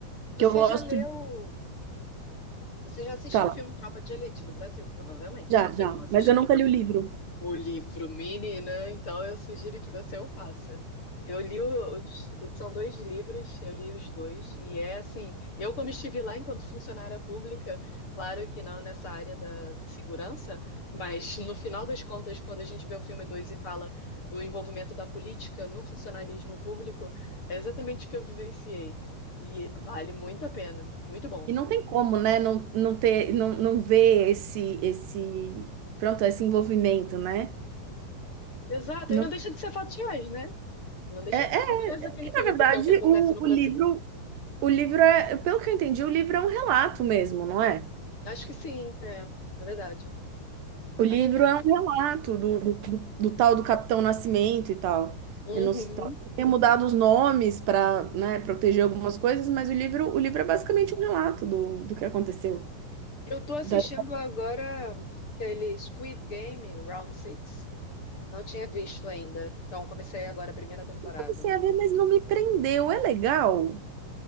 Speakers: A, on the left; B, on the right.
A: Você
B: Que eu gosto
A: já leu,
B: de.
A: você já assistiu
B: Fala,
A: o filme Tropa de Elite do Brasil, provavelmente,
B: já,
A: né? Quem
B: já.
A: não assistiu?
B: Mas eu nunca li o livro.
A: o livro mini, né? Então eu sugiro que você o faça. Eu li os, são dois livros, eu li os dois, e é assim, eu como estive lá enquanto funcionária pública, claro que não nessa área da segurança, mas no final das contas, quando a gente vê o filme 2 e fala do envolvimento da política no funcionarismo público, é exatamente o que eu vivenciei. E vale muito a pena, muito bom.
B: E não tem como, né, não, não ter, não, não ver esse, esse, pronto, esse envolvimento, né?
A: Exato,
B: Não,
A: e não deixa de ser fatiões, né? Não deixa
B: é, é
A: de ser fatiões aquele
B: que,
A: filme,
B: na verdade,
A: porque é o que acontece
B: o,
A: no
B: o
A: Brasil.
B: livro, o livro é, pelo que eu entendi, o livro é um relato mesmo, não é?
A: Acho que sim, é, é verdade.
B: O livro
A: Acho que é.
B: é um relato do, do, do- do tal do Capitão Nascimento e tal.
A: Uhum.
B: Eu não sei, talvez tenha mudado os nomes para, né, proteger algumas coisas, mas o livro, o livro é basicamente um relato do, do que aconteceu.
A: Eu tô assistindo
B: Daí
A: agora aquele Squid Game, o Round Six. Não tinha visto ainda. Então comecei agora a primeira temporada.
B: eu comecei a ver, mas não me prendeu, é legal.